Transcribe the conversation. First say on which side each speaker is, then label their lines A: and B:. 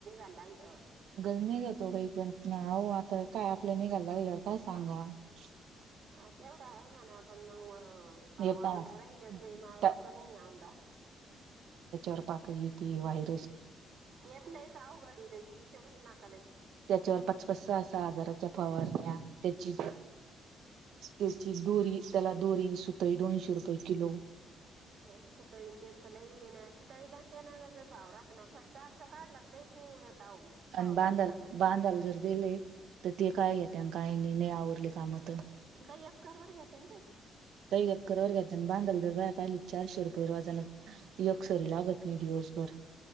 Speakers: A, on the right; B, on the right.
A: गला <unintelligible>
B: गल नाही घतो काहीण हो आता काय आपल्या निघायला ला गेल्यावर काय सांग <unintelligible> <inaudible>
A: हा तेवढा आहे म्हणा आपण मग मग <inaudible> <unintelligible> ह भाव
B: हे पहा
A: आ रहि न माळ
B: त
A: कमी आ <inaudible> <unintelligible> <inaudible> <unintelligible>
B: ार पाक त <inaudible> <unintelligible> <inaudible>
A: ेतलंयहघाडी ल कीचारूच नकाला <inaudible> <unintelligible>
B: त्याच्यावर पाचपच असा आजाराच्या फवारण्या त्याची <unintelligible> <inaudible> <unintelligible> त्याची दोरी त्याला दोरी सुतई दोनशे रुपये किलो <unintelligible> <inaudible>
A: म सुता येन तेनंतला ये ना सुता येईला ते ना भाव राात ना खर्च अारसा काढलात कहीच नाही उरत <unintelligible> <unintelligible> <inaudible> भाव
B: आणि बांदल
A: नसला तर
B: बांधाल जर दिले <unintelligible> <inaudible> <unintelligible> तर ते काय घेत काय नाही नाही आवरले कामत <unintelligible> <unintelligible> <inaudible>
A: काही एककर वर घेते ना ते <unintelligible> <inaudible>
B: र अकर वर <unintelligible> <inaudible> बांधल तर वया पाहिली चारशे रपरवाजना य सरी लागत नाही डीवर्सभर. <unintelligible>